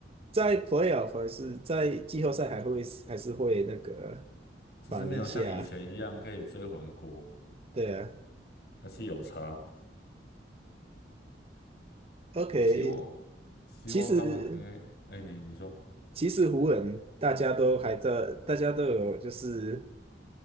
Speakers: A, on the right (about 35°); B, on the left (about 65°).
A: 在 playoff 还是在季后赛还会还是会那个
B: 只是没有像以前一样可以追魂锅，
A: 防一下，对啊。
B: 还是有差。
A: OK，
B: 希望希望他们可以，
A: 其实
B: 哎，你你说。
A: 其实湖人大家都还在，大家都有就是